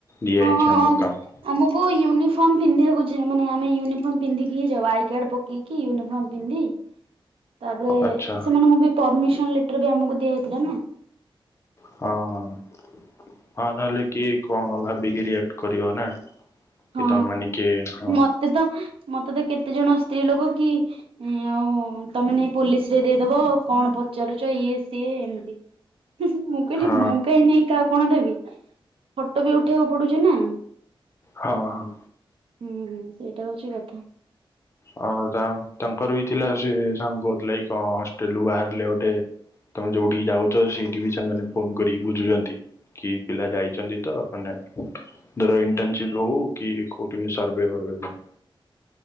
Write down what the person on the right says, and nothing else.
ହଁ
ଆମକୁ ୟୁନିଫର୍ମ ପିନ୍ଧିବାକୁ ଜିୟୁ ମାନେ ଆମେ ୟୁନିଫର୍ମ ପିନ୍ଧିକି ହିଁ ଯାଉ ଆଇ କାର୍ଡ ପକେଇକି। କି ୟୁନିଫର୍ମ ପିନ୍ଧି। ତାପରେ
ସେମାନଙ୍କୁ ବି ପରିମିସନ ଲେଟର ବି ଆମକୁ ଦିଆ ହେଇଥିଲା ନା।
ହଁ
ମତେ ତ ମତେ ତ କେତେ ଜଣ ସ୍ତ୍ରୀ ଲୋକ କି। ହୁଁ ଆଉ ତମେ ନେଇ ପୋଲିସ ରେ ଦେଇଦବ କଣ ପଚାରୁଛ ଇଏ ସିଏ ଏମିତି। ହୁଁ ହୁଁ ମୁଁ କହିଲି
ମୁଁ କାହିଁ ନେଇ କାହାକୁ କଣ ଦେବି ଫଟୋ ବି ଉଠେଇବାକୁ ପଡୁଛି ନା,
ହୁଁ ହୁଁ ସେଇଟା ହଉଛି କଥା।